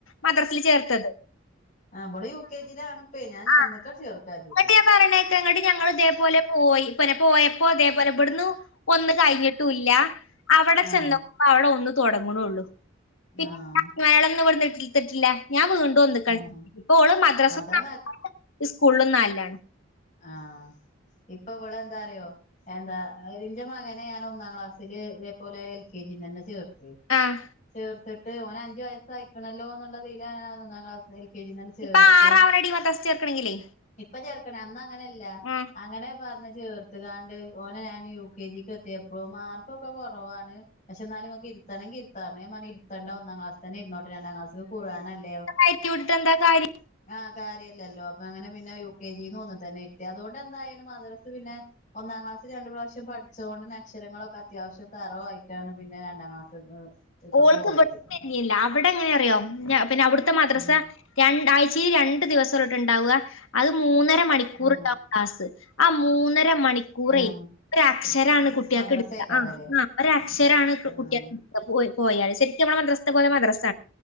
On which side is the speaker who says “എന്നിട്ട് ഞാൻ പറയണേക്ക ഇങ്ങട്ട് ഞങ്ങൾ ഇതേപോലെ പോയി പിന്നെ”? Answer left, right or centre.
Left